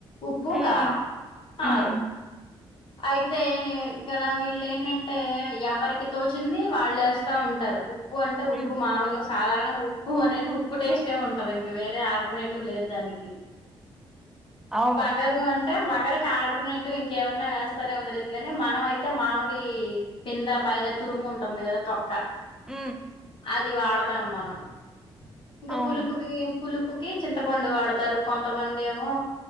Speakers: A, on the left; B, in the centre.
A: ఉప్పు
B: మ్మ్
A: కారం
B: మ్మ్
A: ఆరు అయితే ఇక్కడ వీల్లేంటంటే ఎవరికి తోచింది వాల్లేస్తా ఉంటారు ఉప్పు అంటే
B: మ్మ్
A: ఉప్పు మామూలుగా సాధారణంగా ఉప్పు అనేది ఉప్పు టేస్టే ఉంటది ఇంకా వేరే ఆల్టర్నేటివ్ లేదు దానికి
B: అవును
A: వగరు అంటే వగరికి ఆల్టర్నేటివ్ ఇంకేమైనా న్న వేస్తారేమో తెలియదు కానీ మనం అయితే మామిడి పింద పైన తురుము ఉంటుంది కదా తొక్క
B: హ్మ్
A: అది వాడతాం మనం ఇంకా
B: అవును
A: పులుపుకి పులుపు ఉప్పుకి చింతపండు వాడతారు కొంతమంది ఏమో